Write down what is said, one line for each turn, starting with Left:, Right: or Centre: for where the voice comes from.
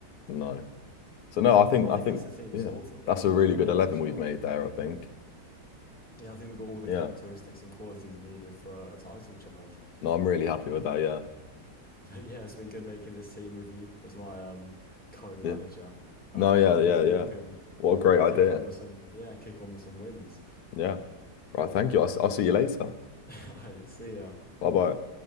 Left: no. So no, I
Centre: Well,
Left: think,
Centre: I think
Left: I think,
Centre: that's the team
Left: yeah,
Centre: sorted then.
Left: that's a really
Centre: I'm
Left: good
Centre: pretty
Left: 11
Centre: sure.
Left: we've made there. I think.
Centre: Yeah, I think we've got all the
Left: Yeah.
Centre: characteristics and qualities needed for a, a title charge. <laughs>
Left: No, I'm really happy with that. Yeah.
Centre: But yeah, it's been good making this team with you as my um co-manager.
Left: Yeah.
Centre: Um,
Left: No, yeah.
Centre: and
Left: Yeah.
Centre: hopefully
Left: Yeah.
Centre: we can
Left: What a great idea.
Centre: kick on with some yeah, kick on with some wins.
Left: Yeah. Right. Thank you. I'll, I'll see you later.
Centre: <laughs> All right, see ya.
Left: Bye bye.